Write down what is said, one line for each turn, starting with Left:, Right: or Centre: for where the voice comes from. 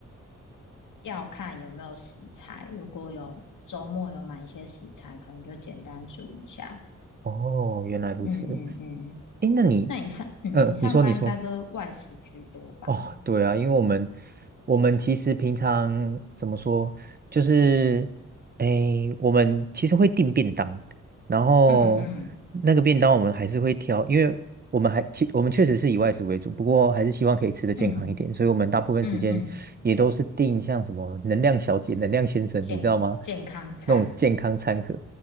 Left: 要看有没有食材，如果有周末有买一些食材，可能就简单煮一下。
Right: 哦，原来如此。
Left: 嗯嗯嗯，
Right: 哎，那你，
Left: 那你上嗯你上班应该都外食居多吧？
Right: 呃，你说，你说。哦，对啊，因为我们我们其实平常怎么说，就是诶，我们其实会订便当，然后那个便当我们还是会挑，
Left: 嗯嗯
Right: 因为我们还其我们确实是以外食为主，不过还是希望可以吃的健康一点，
Left: 嗯
Right: 所以我们大部分时间也都是订像什么能量小姐、
Left: 嗯嗯，
Right: 能量先生，
Left: 健健康餐，
Right: 你知道吗？那种健康餐盒。